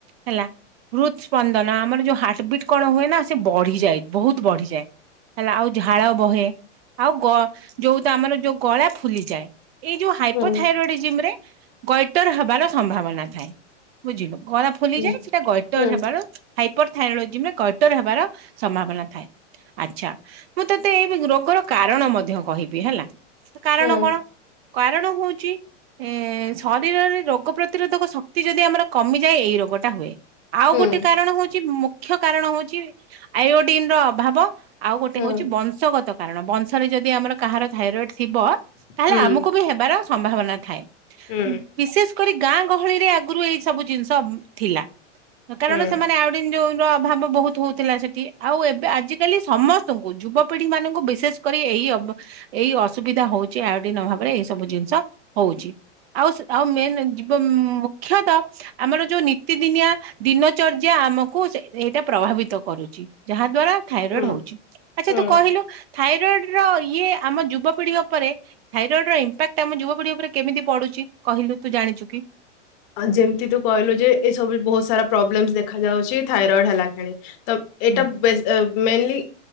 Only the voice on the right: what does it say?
ହେଲା ହୃଦ୍ ସ୍ପନ୍ଦନ ଆମର ଯୋଉ ହାର୍ଟବିଟ୍ କଣ ହୁଏ ନା ସେ ବଢିଯାଏ। ବହୁତ ବଢିଯାଏ। ହେଲା ଆଉ ଝାଳ ବହେ। ଆଉ ଗ ଯୋଉ ତ ଆମର ଯୋଉ ଗଳା ଫୁଲିଯାଏ। ଏଇ ଯୋଉ ହାଇପୋଥାଇରୋଡଜିମ
ରେ ଗୈଟର ହବାର ସମ୍ଭାବନା ଥାଏ। ବୁଝିଲୁ। ଗଳା ଫୁଲିଯାଏ
ସେଟା ଗୈଟର
ହେବାର ହାଇପର ଥାଇରୋଲୋଜିମେ କଟର ହେବାର ସମ୍ଭାବନା ଥାଏ। ଆଚ୍ଛା ମୁଁ ତତେ ଏଇ ରୋଗର କାରଣ ମଧ୍ୟ କହିବି ହେଲା। ସେ କାରଣ
କଣ କାରଣ ହଉଛି ଏ ଶରୀରରେ ରୋଗ ପ୍ରତିରୋଧକ ଶକ୍ତି ଯଦି ଆମର କମିଯାଏ ଏଇ ରୋଗଟା ହୁଏ। ଆଉ
ଗୋଟେ କାରଣ ହଉଛି ମୁଖ୍ୟ କାରଣ ହଉଛି ଆୟୋଡିନ ର ଅଭାବ ଆଉ ଗୋଟେ
ହଉଛି
ବଂଶଗତ କାରଣ ବଂଶରେ ଯଦି ଆମର କାହାର ଥାଇରଏଡ ଥିବ ତାହେଲେ
ଆମକୁ ବି ହେବାର ସମ୍ଭାବନା ଥାଏ।
ବିଶେଷ କରି ଗାଁ ଗହଳି ରେ ଆଗରୁ ଏଇ ସବୁ ଜିନିଷ ଥିଲା। କାରଣ
ସେମାନେ ଆଉଡି ଯୋ ଅଭାବ ବହୁତ ହଉଥିଲା ସେଠି ଆଉ ଏବେ ଆଜିକାଲି ସମସ୍ତଙ୍କୁ ଯୁବପିଢି ମାନଙ୍କୁ ବିଶେଷ କରି ଏଇ ଏଇ ଅସୁବିଧା ହଉଛି ଆୟଡିନ ଭାବରେ ଏଇ ସବୁ ଜିନିଷ ହଉଛି। ଆଉ ଆଉ ମେନ ଜୀବ ମୁଖ୍ୟତଃ ଆମର ଯୋଉ ନିୀତିଦିନିଆ ଦିନଚର୍ଯ୍ୟା ଆମକୁ ସେ ଏଇଟା ପ୍ରଭାବିତ କରୁଛି। ଯାହା ଦ୍ଵାରା ଥାଇରଏଡ
ହଉଛି ଆଚ୍ଛା
ତୁ କହିଲୁ? ଥାଇରଏଡ ର ଇଏ ଆମ ଯୁବପିଢ଼ି ଉପରେ ଥାଇରଏଡ ର ଇମ୍ପାକ୍ଟ ଆମ ଯୁବପିଢ଼ି ଉପରେ କେମିତି ପଡୁ ଚି କହିଲୁ ତୁ ଜାଣିଛୁ କି?
ହୁଁ